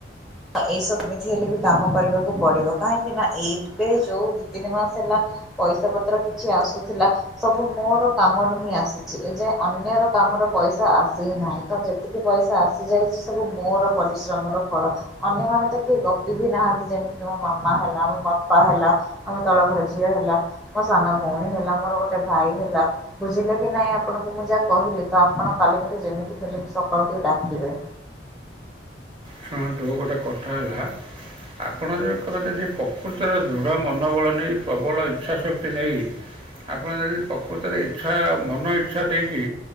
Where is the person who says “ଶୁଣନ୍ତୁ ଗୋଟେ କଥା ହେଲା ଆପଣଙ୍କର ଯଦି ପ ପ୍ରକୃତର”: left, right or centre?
Right